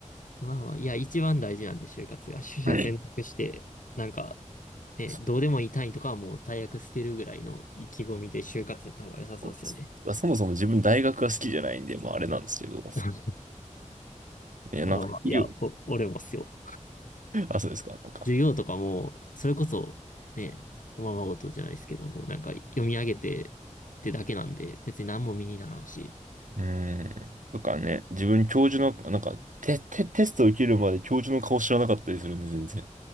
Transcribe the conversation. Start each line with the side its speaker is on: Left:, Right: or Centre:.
Left: まあ、いや、一番大事なんで、就活が。取捨選択して、
Right: うん
Left: なんか、ね、
Right: そ
Left: どうでもいい単位とかはもう最悪捨てるぐらいの意気込みで就活やった方が良さそうですよね。
Right: うですねそもそも自分大学が好きじゃないんで、まああれなんですけど、
Left: <laughs>
Right: ね、
Left: まあまあ、
Right: なんか医療、
Left: いや、お、俺もっすよ。
Right: あ、そうですか、なんか。
Left: 授業とかも、それこそ、ね、おままごとじゃないですけども、なんか読み上げてってだけなんで、別に何も身にならんし。
Right: うーん。とかね、自分教授の、なんか、テ、テ、テスト受けるまで教授の顔知らなかったりするんで、全然。